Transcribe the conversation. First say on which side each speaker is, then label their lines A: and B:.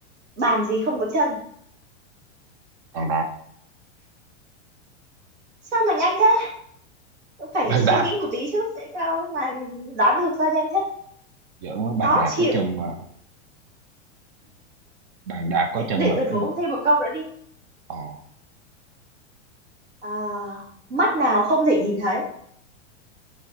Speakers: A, on the right; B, on the right.
A: bàn gì không có chân
B: bàn đạp
A: sao mà nhanh thế phải
B: bàn
A: suy
B: đạp
A: nghĩ một tí chứ tại sao mà đoán được sao nhanh thế
B: giỡn nó bàn
A: khó
B: đạp
A: chịu
B: có chân mà bàn đạp có
A: để,
B: chân
A: để
B: mà
A: tôi đố
B: ừ,
A: thêm một câu nữa đi
B: ờ
A: à, mắt nào không thể nhìn thấy